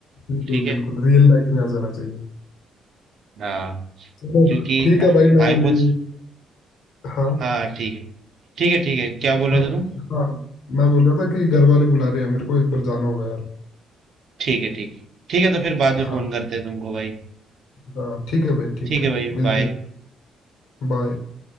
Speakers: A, on the left (about 85°); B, on the right (about 65°).
A: बिल्कुल
B: ठीक है
A: बिल्कुल रियल लाइफ में आ जाना चाहिए
B: हाँ
A: चलो
B: क्योंकि
A: ठीक है भाई मैं
B: हाइपो
A: अभी हाँ
B: हाँ ठीक है ठीक है ठीक है क्या बोले
A: हाँ
B: थे तुम
A: हाँ मैं बोल रहा था कि घर वाले बुला रहे हैं मेरे को एक बार जाना होगा यार
B: ठीक है ठीक ठीक है तो फिर बाद में
A: हाँ
B: फोन करते हैं तुमको भाई
A: हाँ ठीक है भाई ठीक
B: ठीक है
A: है
B: भाई
A: मिलते
B: बाय
A: हैं बाय